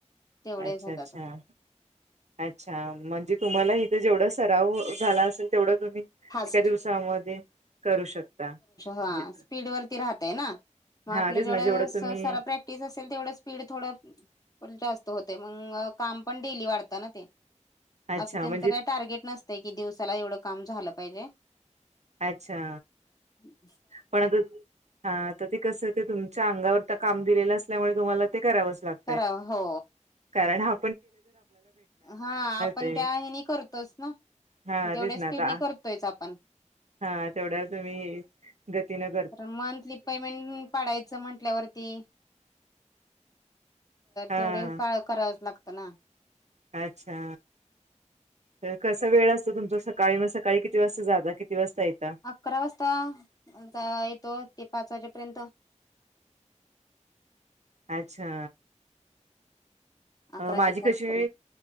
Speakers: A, on the left; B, on the right.
A: तेवढेच
B: अच्छा
A: होतात
B: अच्छा अच्छा म्हणजे तुम्हाला इथं जेवढा सराव झाला असेल तेवढं तुम्ही
A: फास्ट
B: एका दिवसामध्ये करू शकता
A: ह
B: जे-
A: स्पीड वती राहतग
B: हा
A: आपल्या
B: तेच
A: ज
B: ना जेवढं तुम्ही
A: प्र असेल तेवढं स्पीड थोडं जास्त होते मग काम पण डेली वाढतं ना ते
B: अच्छा
A: असं त्यांचं
B: म्हणजे
A: काय टार्गेट नसतं की दिवसाला एवढं काम झालं पाहिजे
B: अच्छा
A: ह
B: पण आता हा ते कस ते तुमच्या अंगावर काम दिलेलं असल्यामुळे तुम्हाला ते करावंच लागतं
A: करा हो
B: कारण ह
A: हा आपण
B: ते
A: त्या हनी करतोच ना
B: हा
A: तेवढ्या
B: तेच ना
A: स्पीडनी
B: आता
A: करतोयच आपण
B: हा तेवढ्या तुम मही गतीनग
A: कारं मंथली पेमेंट पाडायचं म्हंटल्यावरती
B: हा
A: तेवढे काळ करावच लागतं ना
B: अच्छा तर कसा वेळ असतं तुमच सकाळी मग सकाळी किती वाजता जात किती वाजता येता
A: अकरा वाजताता येतो ते पाच वाजेपर्यंत
B: अच्छा
A: अकरा
B: अ माझी
A: ते पाच
B: कशी
A: पर्यंत